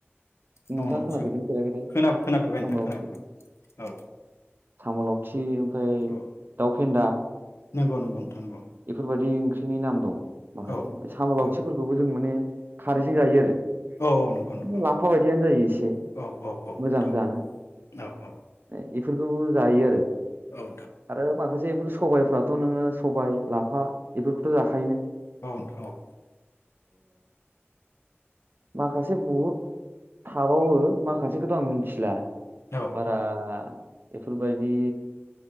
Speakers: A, on the right; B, on the left.
A: नोंथाङा
B: औ उन लावथि
A: खोनाफेरदों
B: औ
A: फेराखैथाय
B: खोन खोनाफेरबाय
A: साम'
B: नोंथां
A: लावथि
B: खोनाफेरबाय औ
A: साम लावथि ओमफ्राय
B: औ
A: दाउफेन्दा
B: नंगौ नंगौ नोंथां नंगौ
A: बेफोरबायदि ओंख्रिनि नाम दं। माखासे
B: औ
A: ओमफ्राय साम लावथिफोरखौबो
B: औ
A: जों माने खारैजों जायो आरो
B: औ नंगौ नोंथां औ
A: लाफा बायदियानो जायो एसे
B: औ औ औ नोंथां औ नोंथां
A: मोजां जानो
B: औ औ
A: बेफोरखौबो जायो आरो
B: औ
A: आरो माखासेफोर सबायफ्राथ' नोङो सबाय लाफा बेफोरखौथ' जाखायोनो
B: औ नोंथां औ
A: माखासे बहुद थाबावो माखासेखौथ' आं मिथिला
B: औ
A: बारा बेफोरबायदि